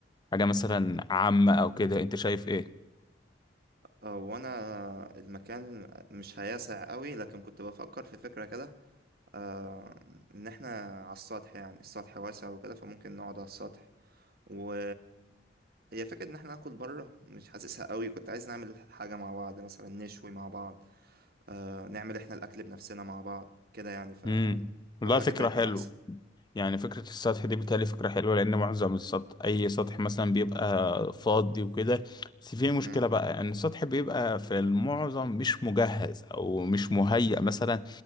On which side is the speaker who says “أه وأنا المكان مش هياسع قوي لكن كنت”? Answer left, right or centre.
Right